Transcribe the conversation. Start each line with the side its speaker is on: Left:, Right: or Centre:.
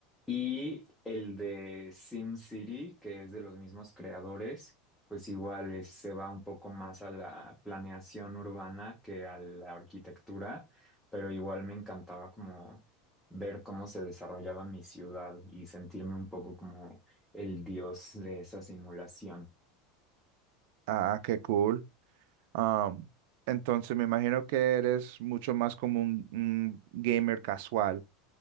Centre: Y el de SimCity, que es de los mismos creadores, pues igual es- se va un poco más a la planeación urbana que a la arquitectura, pero igual me encantaba como ver cómo se desarrollaba mi ciudad y sentirme un poco como el dios de esa simulación.
Right: Ah, qué cool. Am, entonces me imagino que eres mucho más como un, un gamer casual.